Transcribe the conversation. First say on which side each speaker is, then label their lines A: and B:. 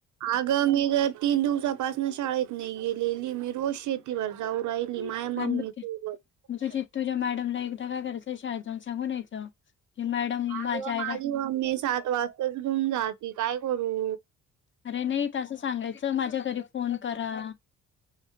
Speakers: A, on the right (about 75°); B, on the left (about 40°).
A: आगं मी तर तीन दिवसापासन शाळेत नाही गेली मी रोज शेती कड जाऊ राहिली माय
B: आणि
A: मम्मी
B: मग ते
A: सोबत.
B: मग तुझी तुझ्या मॅडमला एकदा काय करायचं शाळेत जाऊन सांगून यायचं. की मॅडम
A: आग
B: माझ्या आईला
A: माझी मम्मी मी सात वाजताच घेऊन जाती काय करू?
B: अरे नाही तसं सांगायचं माझ्या घरी फोन करा.